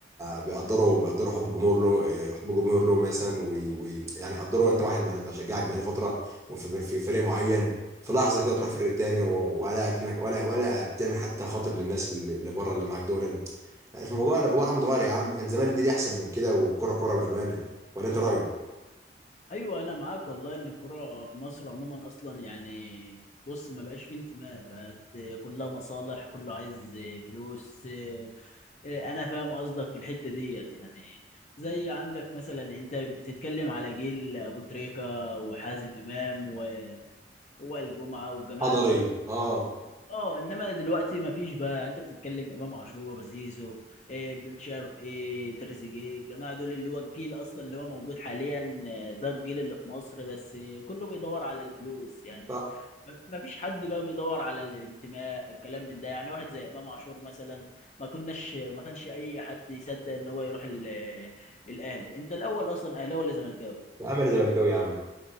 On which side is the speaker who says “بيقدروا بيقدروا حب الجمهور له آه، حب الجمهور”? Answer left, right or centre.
Right